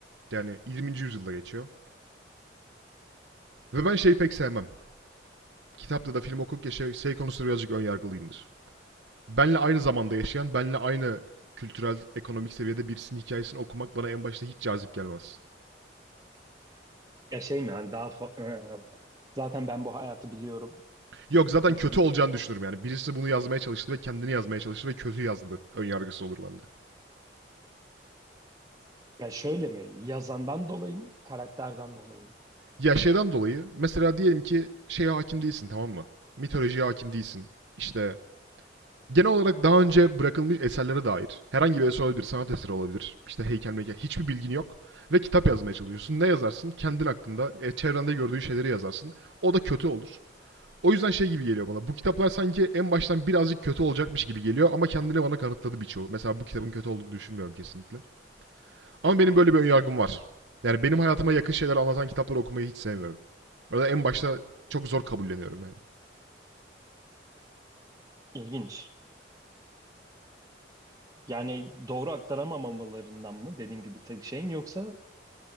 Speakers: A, on the right (about 80°); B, on the right (about 20°).
A: Yani 20. yüzyılda geçiyor. Ve ben şeyi pek sevmem. Kitapta da film okurken şey, şey konusunda birazcık önyargılıyımdır. Benle aynı zamanda yaşayan, benle aynı kültürel, ekonomik seviyede birisinin hikayesini okumak bana en başta hiç cazip gelmez.
B: Ya şey mi hani daha fa- e, zaten ben bu hayatı biliyorum
A: Yok zaten kötü
B: gibi
A: olacağını
B: mi?
A: düşünürüm yani. Birisi bunu yazmaya çalıştı ve kendini yazmaya çalıştı ve kötü yazdı. Önyargısı olur bende.
B: Ya şöyle mi? Yazandan dolayı mı? Karakterden dolayı mı?
A: Ya şeyden dolayı mesela diyelim ki şeye hakim değilsin tamam mı? Mitolojiye hakim değilsin. İşte Genel olarak daha önce bırakılmış eserlere dair herhangi bir eser olabilir, sanat eseri olabilir, işte heykel meykel hiçbir bilgin yok ve kitap yazmaya çalışıyorsun. Ne yazarsın? Kendin hakkında, e, çevrende gördüğün şeyleri yazarsın. O da kötü olur. O yüzden şey gibi geliyor bana. Bu kitaplar sanki en baştan birazcık kötü olacakmış gibi geliyor ama kendini bana kanıtladı birçoğu. Mesela bu kitabın kötü olduğunu düşünmüyorum kesinlikle. Ama benim böyle bir önyargım var. Yani benim hayatıma yakın şeyler anlatan kitapları okumayı hiç sevmiyorum. Burada en başta çok zor kabulleniyorum yani.
B: İlginç. Yani doğru aktaramamalarından mı dediğim gibi tek şeyin yoksa